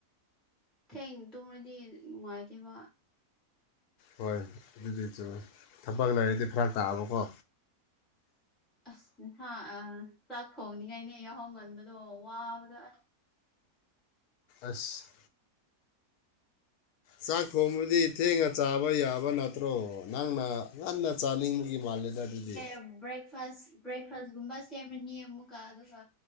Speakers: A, in the centre; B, on the left (about 80°).
A: ꯊꯦꯡ ꯇꯨꯝꯔꯗꯤ ꯅꯨꯡꯉꯥꯏꯇꯦꯕ
B: ꯍꯣꯏ ꯑꯗꯨꯗꯤ ꯆꯨꯝ ꯊꯕꯛ ꯂꯩꯔꯗꯤ ꯐꯔꯛ ꯇꯥꯕꯀꯣ
A: ꯑꯁ <unintelligible> ꯑꯥ ꯆꯥꯛ ꯊꯣꯡꯅꯤꯉꯥꯏꯅꯦ ꯌꯥꯍꯧ ꯉꯟꯕꯗꯣ ꯋꯥꯕꯗꯣ ꯑꯁ
B: ꯑꯁ ꯆꯥꯛ ꯊꯣꯡꯕꯗꯤ ꯊꯦꯡꯅ ꯆꯥꯕ ꯌꯥꯕ ꯅꯠꯇ꯭ꯔꯣ ꯅꯪꯅ ꯉꯟꯅ ꯆꯥꯅꯤꯡꯕꯒꯤ ꯃꯥꯜꯂꯦꯗ ꯑꯗꯨꯗꯤ
A: <unintelligible> ꯐꯥꯁ ꯕ꯭ꯔꯦꯛꯐꯥꯁꯒꯨꯝꯕ ꯁꯦꯝꯃꯅꯤ ꯑꯃꯨꯛꯀ ꯑꯗꯨꯒ